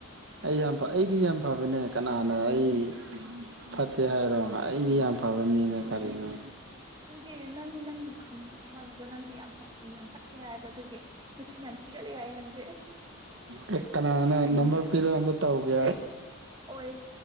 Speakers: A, on the right (about 60°); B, on the right (about 20°).
A: ꯑꯩ ꯌꯥꯝ ꯑꯩꯗꯤ ꯌꯥꯝ ꯐꯕꯅꯦ ꯀꯅꯥꯅ ꯑꯩ ꯐꯠꯇꯦ ꯍꯥꯏꯔꯣ ꯑꯩꯗꯤ ꯌꯥꯝ ꯐꯕ ꯃꯤꯅꯦ ꯀꯔꯤꯉ
B: ꯗꯦ ꯅꯪꯤ ꯅꯪꯂꯤ ꯈ ꯈꯨꯅꯤꯌꯥ ꯃꯜ ꯑꯗꯨꯒ ꯅꯪꯁꯦ ꯌꯥꯝ ꯐ ꯌꯥꯝ ꯐꯠꯂꯦ ꯍꯥꯏꯕ ꯑꯗꯨꯒꯤ ꯅꯆꯤꯟ ꯌꯥꯝ ꯊꯤꯒꯠꯂꯦ ꯍꯥꯏꯏ ꯅꯪꯁꯦ
A: ꯀꯛꯀꯅꯅ ꯅꯝꯕꯔ ꯄꯤꯔꯛ ꯑꯝꯗ ꯇꯧꯒꯦ
B: ꯑꯣꯏ ꯑꯣꯏ